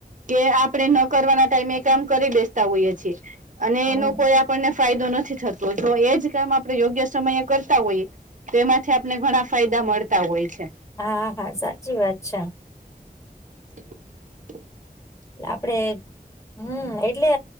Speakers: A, on the right; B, on the left.
A: કે આપણે ન કરવાના ટાઈમે એ કામ કરી બેસતા હોઈએ છીએ અને
B: હમ
A: એનું કોઈ આપણને ફાયદો નથી થતો જો એ જ કામ આપણેે યોગ્ય સમયે કરતા હોઈએ. તો એમાંથી આપને ઘણા ફાયદા મળતા હોય છે.
B: હા હા સાચી વાત છે.
A: <inaudible>
B: આપડે હમ્મ એટલે